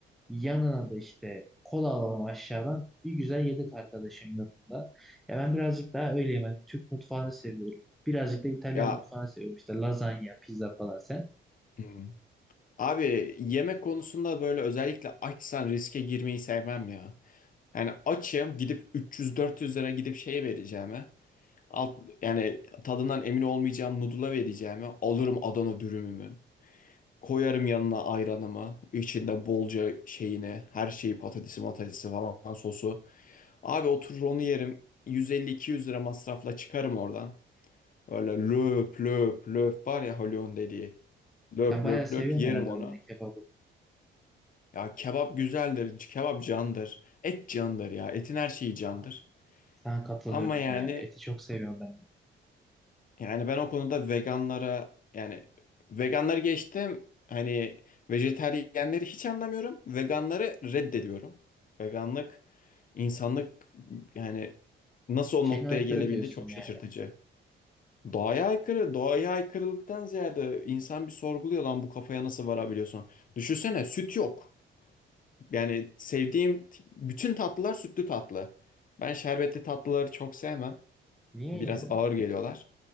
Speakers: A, in the centre; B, on the left (about 45°).
A: Yanına da işte kola alalım aşağıdan. Bir güzel yedik arkadaşın yurdunda. Ya ben birazcık daha öyleyim. Ben Türk mutfağını seviyorum. Birazcık da İtalyan
B: Ya
A: mutfağını seviyorum. İşte lazanya, pizza falan sen.
B: hmm. abi yemek konusunda böyle özellikle açsan riske girmeyi sevmem ya. Yani açım gidip 300-400 lira gidip şeye vereceğime alt, yani tadından emin olmayacağım noodle'a vereceğime alırım Adana dürümümü. Koyarım yanına ayranımı. içinde bolca şeyini. Her şeyi patatesi matatesi falan sosu. Abi oturur onu yerim. 150-200 lira masrafla çıkarım oradan. Öyle löp löp löp var ya Haluk'un dediği. Löp
A: Sen bayağı
B: löp
A: seviyorsun
B: löp yerim
A: herhalde
B: onu.
A: Adana kebabı.
B: Ya kebap güzeldir. Kebap candır. Et candır ya. Etin her şeyi candır.
A: Aa, Sana katılıyorum
B: Ama yani
A: ya. Eti çok seviyorum ben de.
B: Yani ben o konuda veganlara yani veganları geçtim hani vejetaryenleri hiç anlamıyorum. Veganları reddediyorum. Veganlık insanlık yani nasıl o
A: Şeyine
B: noktaya
A: aykırı
B: gelebildi
A: diyorsun
B: çok
A: yani.
B: şaşırtıcı. Doğaya aykırı, doğaya aykırılıktan ziyade insan bir sorguluyor lan bu kafaya nasıl varabiliyorsun? Düşünsene süt yok. Yani sevdiğim t- bütün tatlılar sütlü tatlı. Ben şerbetli tatlıları çok sevmem.
A: Niye
B: Biraz ağır geliyorlar.